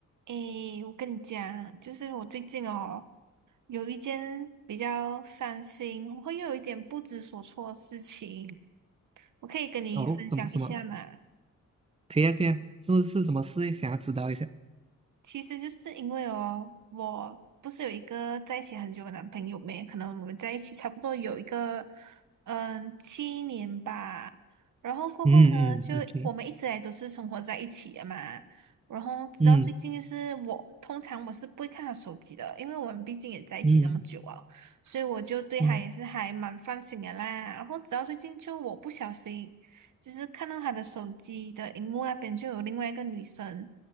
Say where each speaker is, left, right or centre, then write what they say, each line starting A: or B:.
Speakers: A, on the right; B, on the right.
A: 诶，我跟你讲，就是我最近哦，有一件比较伤心，然后又有一点不知所措的事情，我可以跟你分享一下嘛。
B: 哦，什么什么？可以啊，可以啊，是不是什么事？想要知道一下。
A: 其实就是因为哦，我不是有一个在一起很久的男朋友没？可能我们在一起差不多有一个嗯七年吧。然后过后呢，
B: 嗯嗯，OK，
A: 就我们一直来都是生活在一起的嘛。然后直到最近，
B: 嗯
A: 就是我通常我是不会看他手机的，因为我们毕竟也在一起那么久啊，
B: 嗯
A: 所以我就对他也是还蛮放心的啦。
B: 嗯
A: 然后直到最近，就我不小心。就是看到她的手机的荧幕那边就有另外一个女生